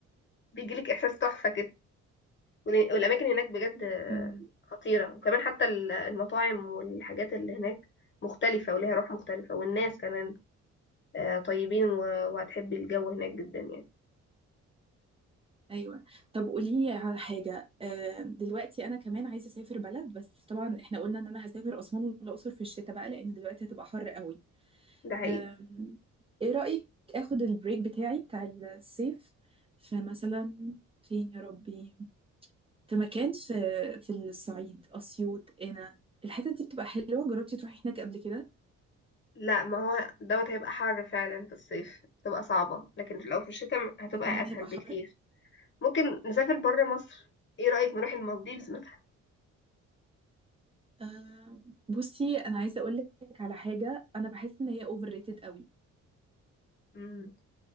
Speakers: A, on the left (about 40°); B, on the right (about 20°).
A: بيجيلك إحساس تحفة كده وال- والأماكن هناك بجد
B: امم
A: خطيرة وكمان حتى ال- المطاعم والحاجات اللي هناك مختلفة وليها روح مختلفة والناس كمان آه، طيبين و- وهتحبي الجو هناك جدا يعني
B: ايوه طب قولي لي على حاجه آه، دلوقتي انا كمان عايزه اسافر بلد بس طبعا احنا قلنا ان انا هسافر اسوان والاقصر في الشتاء بقى لان دلوقتي هتبقى حر قوي
A: ده حقيقي
B: أم، ايه رأيك اخد البريك بتاعي بتاع الصيف فمثلا فين يا ربي في مكان في في الصعيد أسيوط هنا الحتة دي بتبقى حلوة جربتي تروحي هناك قبل كده
A: لا ما هو دوت هيبقى حر فعلا في الصيف هتبقى صعبة لكن لو في الشتاء هتبقى
B: ده كمان
A: أسهل
B: هيبقى
A: بكتير
B: حر
A: ممكن نسافر برا مصر ايه رأيك نروح المالديفز مثلا
B: أم، بصي انا عايزة اقول لك على حاجة انا بحس ان هي اوفر ريتد قوي
A: مم.